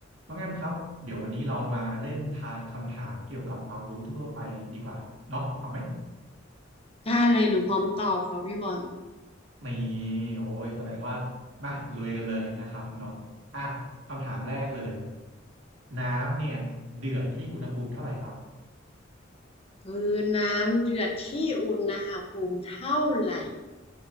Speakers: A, on the right; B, on the left.
A: น้องแอมครับเดี๋ยววันนี้เรามาเล่นทายคำถามเกี่ยวกับความรู้ทั่วๆไปดีกว่าเนาะเอาไหม
B: ได้เลยหนูพร้อมตอบครับพี่บอล
A: นี่โอ้ยแสดงว่ามาลุยกันเลยนะครับเนาะอ่ะคำถามแรกเลยน้ำเนี่ยเดือดที่อุณหภูมิเท่าไหร่ครับ
B: คือน้ำเดือดที่อุณหภูมิเท่าไหร่